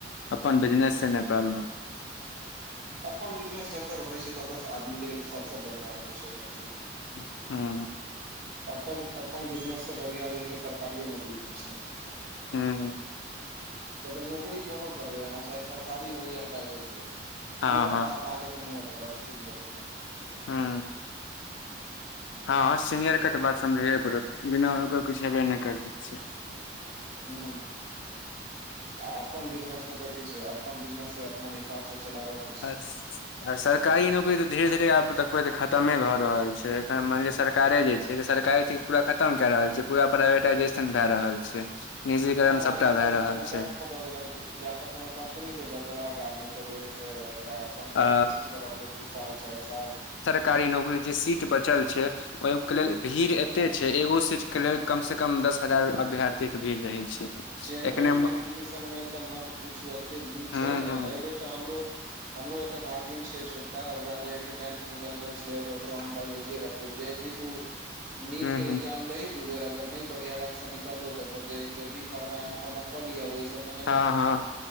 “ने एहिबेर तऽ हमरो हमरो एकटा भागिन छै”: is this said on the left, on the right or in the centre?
Right